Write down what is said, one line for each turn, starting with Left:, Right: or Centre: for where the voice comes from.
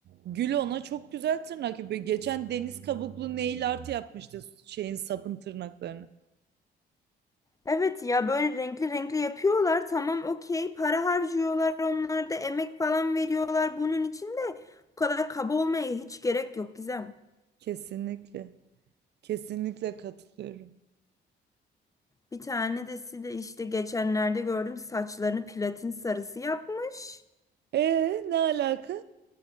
Right: Gül ona çok güzel tırnak yapıyor. Geçen deniz kabuklu nail art yapmıştı şeyin sapın tırnaklarını.
Left: Evet ya böyle renkli renkli yapıyorlar tamam okey para harcıyorlar onlar da emek falan veriyorlar bunun için de bu kadar kaba olmaya hiç gerek yok Gizem.
Right: Kesinlikle. Kesinlikle katılıyorum.
Left: Bir tanesi de işte geçenlerde gördüm saçlarını platin sarısı yapmış.
Right: E ne alaka?